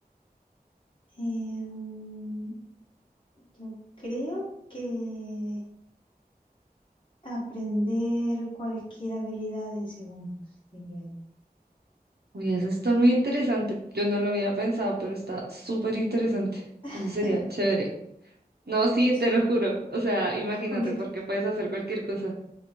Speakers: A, on the left; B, on the right.
A: Em, yo creo que aprender cualquier habilidad en segundos, diría yo.
B: Uy, eso está muy interesante. Yo no lo había pensado, pero está súper interesante.
A: <laughs>
B: Eso sería chévere. No, sí,
A: Sí,
B: te lo juro. O sea, imagínate,
A: aunque, t-
B: porque puedes hacer cualquier cosa.